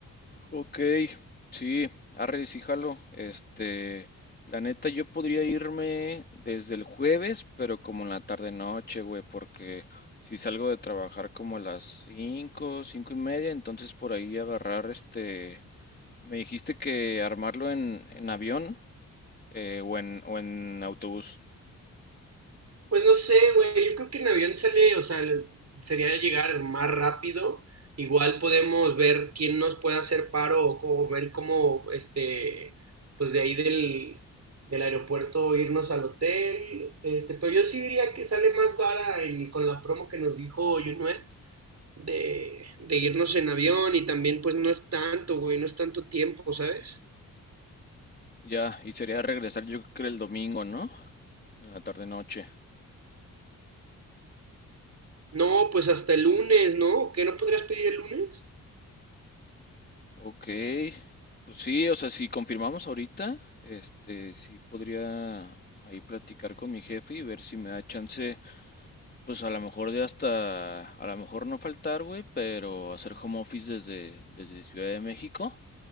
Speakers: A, on the left; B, on the right.
A: Ok, sí, arre, sí, jalo. Este, la neta, yo podría irme desde el jueves, pero como en la tarde-noche, güey, porque si salgo de trabajar como a las 5, 5 y media, entonces por ahí agarrar este Me dijiste que armarlo en, en avión eh, o en, o en autobús.
B: Pues no sé, güey, yo creo que en avión sale, o sea, el- sería llegar más rápido. Igual podemos ver quién nos puede hacer paro o cómo- ver cómo, este, pues de ahí del, del aeropuerto irnos al hotel. Este, pero yo sí diría que sale más vara el- con la promo que nos dijo Junuet de, de irnos en avión y también pues no es tanto, güey, no es tanto tiempo, ¿sabes?
A: Ya, y sería regresar yo creo que el domingo, ¿no? En la tarde noche.
B: No, pues hasta el lunes, ¿no? ¿Qué no podrías pedir el lunes?
A: Ok, pues sí, o sea, si confirmamos ahorita, este, sí podría ahí platicar con mi jefe y ver si me da chance, pues a lo mejor de hasta, a lo mejor no faltar, güey, pero hacer home office desde, desde Ciudad de México.